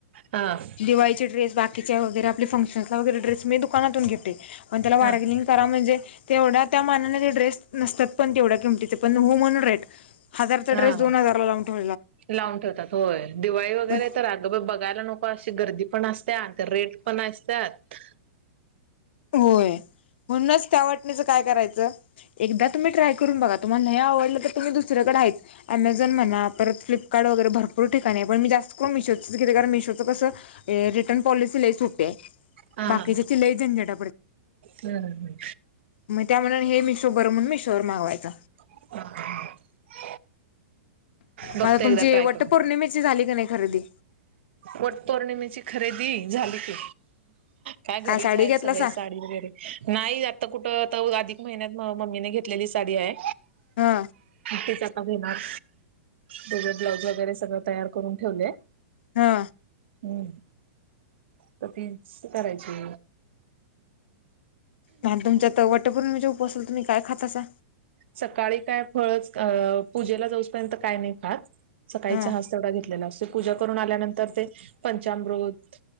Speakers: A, on the right (about 55°); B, on the left (about 50°).
A: हा.
B: दिवाळीचे ड्रेस बाकीच्या वगैरे आप फंक्शनसला वगैरे ड्रेस मी दुकानातून घेते, पण त्याला बार्गेनिंग
A: हा
B: करा म्हणजे. तेवढ्या त्या मानाला ते ड्रेस नसत्यात पण तेवढ्या किमतीचे पण हो म्हणून रेट. हजार चे
A: हा
B: ड्रेस दोन हजार ला लावून ठेवतात.
A: लावून ठेवतात होय दिवाळी वगैरे
B: मग
A: तर अग बघायला नको अशी... गर्दी पण असत्या आणि त्या रेट पण असतात
B: होय म्हणूनच त्या वाटणीचं काय करायचं. एकदा तुम्ही ट्राय करून बघा तुम्हाला नाही आवडलं तर तुम्ही दुसर्याकडे आहेच अमेझॉन म्हणा परत फ्लिप.. काड वगैे भरपर ठीकानी आहेण म जास्त करून मीशो. शोच कस रिटर्न पॉलिसी लई सोपी आहे
A: हा
B: बाकीच्या
A: हा
B: चि लई झंझट
A: हम्म
B: मग त्या म्ह हे मिशो बर म्हण मिशोवर मागवायच.
A: अ बघते
B: माझा तुमची
A: एकदा ट्राय
B: वट्ट
A: करून
B: पौर्णिमेची झाली का नाही खरेदी
A: वट पौर्णिमेची खरेदी. झालं ते. काय घरीच
B: साडी
A: आहेत,
B: घेतलासा
A: सगळे साडी वगैरे नाही आता कुठं आ आधिक. महिन्यात मम्मीने घेतलेली साडी आहे
B: हा
A: तेच आता घेणार. तझ ब्लाऊज वगैरे सगळं तयार करून ठेवले.
B: हा.
A: हम. तर तीच करायची.
B: मॅम तुमच्यात वटपौर्णिमेच्या उपवासाला तुम्ही काय खातासा.
A: सकाळी काय फळच, पूजेला जाऊपर्यंत काय नाही खात. सकाळीच
B: हा
A: चहा तेवढा घेतलेला असतो. पूजा करून आल्यानंतर ते पंचामृत